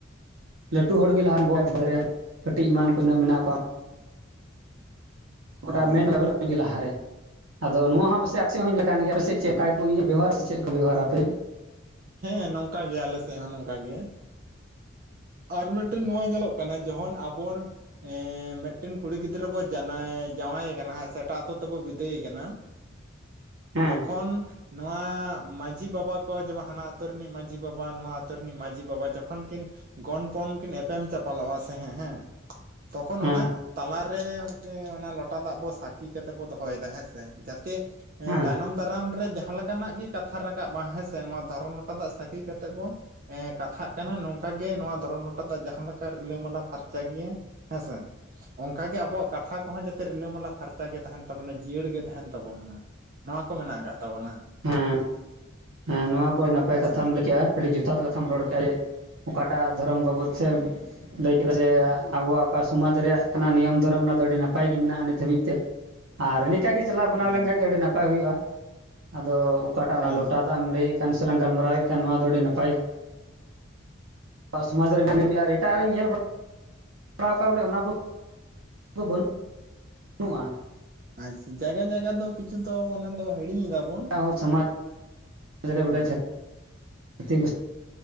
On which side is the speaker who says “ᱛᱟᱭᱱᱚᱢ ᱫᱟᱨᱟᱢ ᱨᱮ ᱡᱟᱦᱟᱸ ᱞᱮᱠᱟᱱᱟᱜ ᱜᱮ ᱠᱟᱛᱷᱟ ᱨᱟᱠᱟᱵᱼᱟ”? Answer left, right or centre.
Right